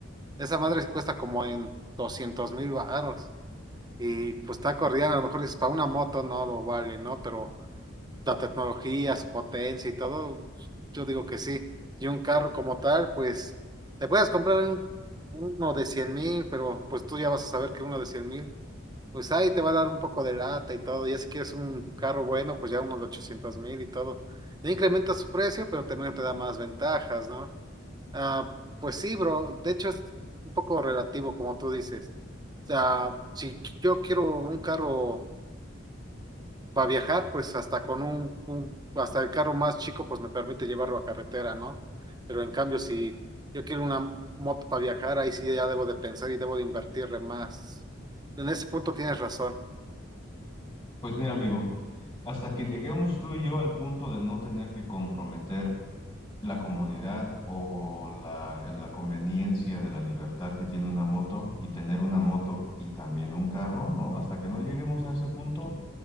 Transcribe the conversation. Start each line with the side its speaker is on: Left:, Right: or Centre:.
Right: Esa madre cuesta como en doscientos mil baros. Y pues está corrida, a lo mejor dices, para una moto no lo vale, ¿no? Pero la tecnología, su potencia y todo, yo digo que sí. Y un carro como tal, pues te puedes comprar un- uno de cien mil, pero pues tú ya vas a saber que uno de cien mil, pues ahí te va a dar un poco de lata y todo. Ya si quieres un carro bueno, pues ya uno de ochocientos mil y todo. Ya incrementa su precio, pero también te da más ventajas, ¿no? Ah, pues sí, bro. De hecho, es un poco relativo, como tú dices. O sea, si yo quiero un carro para viajar, pues hasta con un, un- hasta el carro más chico, pues me permite llevarlo a carretera, ¿no? Pero en cambio, si yo quiero una moto para viajar, ahí sí ya debo de pensar y debo de invertirle más. En ese punto tienes razón.
Left: Pues mira, amigo, hasta que lleguemos tú y yo al punto de no tener que comprometer la comodidad o la, eh, la conveniencia de la libertad que tiene una moto y tener una moto y también un carro, ¿no? Hasta que no lleguemos a ese punto,